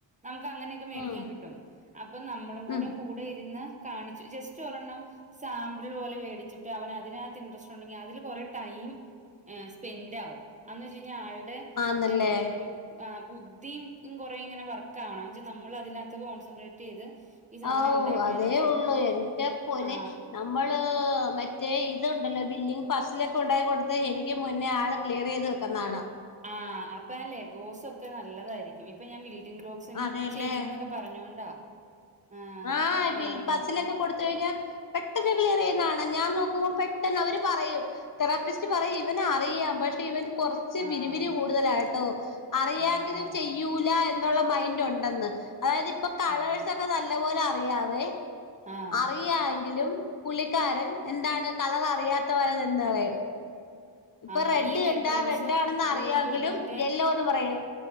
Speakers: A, on the right (about 15°); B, on the left (about 45°).
A: നമുക്ക് അങ്ങനെയൊക്കെ മേടിക്കാൻ
B: ഉം ഉം
A: കിട്ടും. അപ്പൊ നമ്മളും കൂടെ
B: ഉം
A: കൂടെ ഇരു ന്ന് കാണിച് ജസ്റ്റ് ഒരെണ്ണം സാമ്പിൾ പോലെ വേടിച്ചിട്ട് അവനതിനകത്ത് ഇൻഡ്രസ്റ്റ് ഉണ്ടെങ്കി അതില് കൊറെ ടൈം ഏഹ് സ്പെൻഡാവും അന്ന് വെച്ചഴിഞ്ഞാ ആളുടെ
B: ആന്നല്ലേ
A: <unintelligible> ആഹ് ബുദ്ധീം കൊറേ ഇങ്ങനെ വർക്ക് ആവണം. എന്ന്ച്ചാ നമ്മളതിനകത്ത് കോൺസെൻട്രേറ്റ് ചെയ്ത് ഈ സാധനം
B: ആവൂ
A: ഉണ്ടാക്കാനൊക്കെ
B: അതേ ഒള്ളു എന്റെ പൊന്നേ
A: ആ
B: നമ്മള് മറ്റേ ഇ തുണ്ടല്ലോ? ബിൽഡിങ് പസ്സിലൊക്കെ ഉണ്ടാക്കി കൊടുത്താ എനിക്ക് മുന്നേ ആള് ക്ലിയർ ചെയ്ത് വെക്കുന്ന കാണാം.
A: ആഹ് അപ്പ അല്ലെ ഗോസൊക്കെ നല്ലതായിരിക്കും. ഇപ്പൊ ഞാൻ ബിൽ ഡിങ് <unintelligible>
B: അതെല്ലേ
A: ചെയ്യൂന്നൊക്കെ പറഞ്ഞോണ്ടാ. ആഹ്
B: ആ
A: ഞാനിങ്ങനെ
B: ബിൽ പസിലൊക്കെ കൊടുത്തു കഴിഞ്ഞാ പെട്ടെന്ന് ക്ലിയർ ചെയുന്ന കാണാം. ഞാൻ നോക്കുമ്പോ പെട്ടെന്ന് അവര് പറയും തെറാപ്പിസ്റ്റ് പറയും ഇവന് അറിയാം. പക്ഷേ ഇവൻ കൊറച്ച്
A: ആഹ്
B: വിരിവിരി കൂടുതലാട്ടോ. അറിയാങ്കിലും
A: ആഹ്
B: ചെയ്യൂലാ എന് നൊളള മൈന്റ് ഒണ്ടെന്ന്. അതായത് ഇപ്പൊ കളേഴ്സ്
A: ആഹ്
B: ഒക്കെ നല്ല പോലെ അറിയാവേ.
A: ആഹ്
B: അറിയാ ങ്കിലും പുള്ളിക്കാരൻ എന്താണ്? കളറ് അറിയാത്ത പോലെ നിന്ന് കളയും.. ഇപ്പൊ
A: ആഹ്
B: റെഡ്
A: ഈ
B: കണ്ടാ
A: ലെഗോസ്
B: റെഡ്ഡാണെന്ന് അറിയാങ്കിലും
A: ഗൂഗിൾ മറ്റേ
B: യെല്ലോന്ന് പറയും.